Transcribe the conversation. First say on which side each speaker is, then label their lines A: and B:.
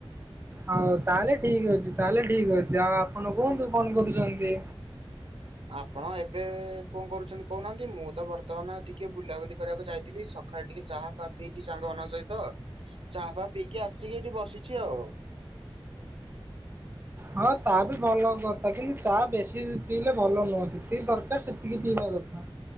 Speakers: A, on the right (about 25°); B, on the right (about 75°).
A: ହଉ ତାହେଲେ ଠିକ ଅଛି ତାହେଲେ ଠିକ ଅଛି ଆଉ ଆପଣ କୁହନ୍ତୁ କଣ କରୁଛନ୍ତି?
B: <inaudible> ଆପଣ ଏବେ କଣ କରୁଛନ୍ତି କହୁନାହାନ୍ତି ମୁଁ ତ ବର୍ତ୍ତମାନ ଟିକେ ବୁଲାବୁଲି କରିବାକୁ ଯାଇଥିଲି। ସ ସକାଳୁ ଟିକେ ଚାହାଫାଆ ପିଇିକି ସାଙ୍ଗମାନଙ୍କ ସହିତ ଚାହାଫା ପିଇକି ଆସିକି ଏଠି ବସିଛି ଆଉ।
A: ହଁ ତା ବି ଭଲ କଥା କିନ୍ତୁ ଚା ବେଶୀ ପିଇଲେ ଭଲ ନୁହଁତି ଯେତିକି ଦରକାର ସେତିକି ପିଇବା କଥା।